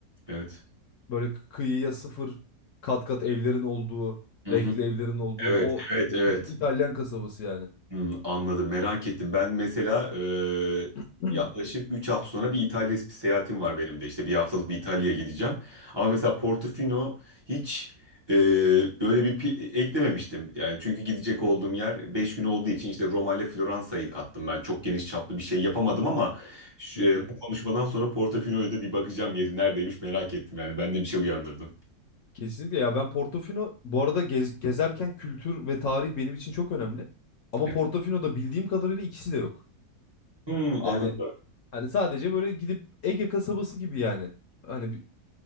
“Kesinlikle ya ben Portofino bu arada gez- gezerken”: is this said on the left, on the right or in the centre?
Left